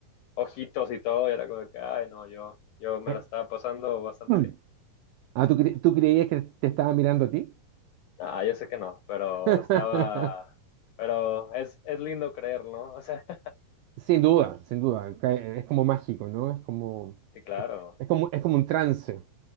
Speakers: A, on the left (about 75°); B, on the right (about 85°).
A: ojitos y todo, y era como que, ay, no, yo, yo me
B: Eh,
A: la estaba pasando bastante
B: mm.
A: bien.
B: Ah, ¿tú, cre- tú creías que te estaba mirando a ti?
A: Ah, yo sé que no, pero
B: <laughs>
A: estaba, pero es, es lindo creer, ¿no? O sea, <laughs>
B: Sin duda, sin duda. Ca- Es como mágico, ¿no? Es como,
A: sí, claro,
B: es como, es como un trance.